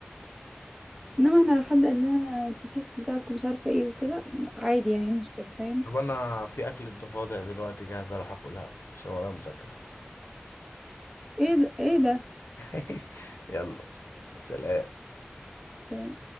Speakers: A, in the centre; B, on the left.
A: انما احنا لو حد قال لنا الفسيخ بتاعكم مش عارفه ايه وكده عادي يعني إيه المشكله فاهم
B: طب انا في اكل الضفادع دلوقتي جاهز اروح اكلها عشان ورايا مذاكرة
A: ايه ده ايه ده
B: <laughs> يلا سلام
A: سلام